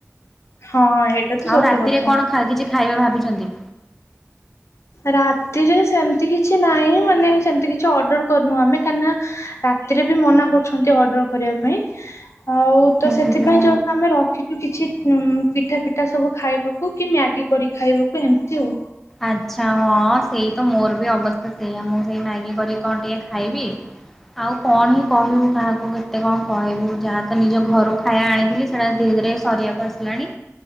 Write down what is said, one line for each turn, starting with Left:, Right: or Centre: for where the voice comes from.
Left: ହଁ ଏଇଟା ତ ସତ
Centre: ଆଉ ରାତିରେ
Left: କଥା।
Centre: କଣ କିଛି ଖାଇବା ଭାବିଚନ୍ତି?
Left: ରାତିରେ ସେମତି କିଛି ନାଇଁ ମାନେ ସେମିତି କିଛି ଅର୍ଡର କରିନୁ ଆମେ କାହିଁକିନା ରାତିରେ ବି ମନା କରୁଛନ୍ତି ଅର୍ଡର କରିବା ପାଇଁ। ଆଉ ତ
Centre: ଓହୋ।
Left: ସେଥିପାଇଁ ଯୋଉ ଆମେ ରଖିଚୁ କିଛି ଉଁ ପିଠା ପିଠା ସବୁ ଖାଇବାକୁ କି ମ୍ୟାଗି କରି ଖାଇବାକୁ ଏମିତି ଆଉ।
Centre: ଆଚ୍ଛା ହଁ ସେଇତ ମୋର ବି ଅବସ୍ଥା ସେଇଆ ମୁଁ ସେଇ ମ୍ୟାଗି କରିକି କଣ ଟିକେ ଖାଇବି। ଆଉ କଣ ହିଁ କହିବୁ କାହାକୁ କେତେ। କେତେ କଣ କହିବୁ ଯାହା ତ ନିଜ ଘରୁ ଖାଇବା ଆଣିଥିଲି ସେରା ଧୀରେ ଧୀରେ ସରିବାକୁ ଆସିଲାଣି।